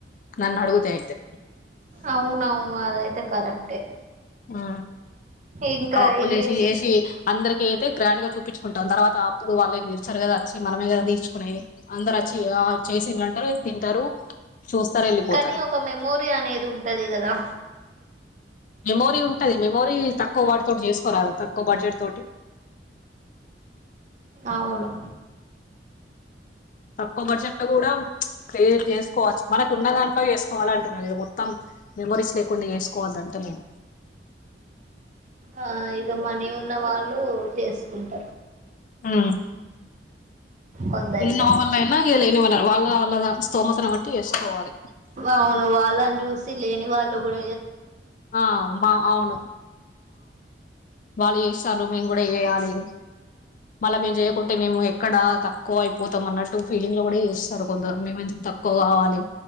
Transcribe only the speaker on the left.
నన్అడుగుదే అయితే
ఆ
ఆ అప్పులు
చేసి
చేసి అందరికి అయితే గ్రాండ్ గా చూపించుకుంటాం తర్వాత ఆప్పులు వాళ్ళ ఎమీ తీర్చారు గద వచ్చి మనమే గ తీర్చుకునేది అందరు వచ్చి చేసిండ్రు అంటార <unintelligible> తింటారు చూస్తరు వెళ్ళిపోతారు
మెమోరీ ఉంటది మెమోరీ తక్కువ వాటితోటి చేసుకోరాద తక్కువ బడ్జెట్ తోటి
తక్కువ బడ్జెట్ లో కూడ చేసుకోవచ్చు మనకు ఉన్న దాంట్లో చేసు పోవాల అంటున్నా మొత్తం మెమరీస్ లేకుండా చేసుకోవద్దు అంట <unintelligible>
ఉ
ఉన్న వాళ్ళ అయినా ఇగ లేని వాళ వాళ్ళ వాళ్ళ స్తోమతను బట్టి చేసుకోవాలి
ఆ మా అవును వాళ్ళు చేస్తండ్రు మేము కూడ చేయాలి మళ్ళా మేము చేయకు అంటే మేము ఎక్కడ తక్కువ అయిపోతాం అన్నట్టు ఫీలింగ్ లో కూడ చూస్తారు కొందరు మేము ఎందుకు తక్కువ కావాలి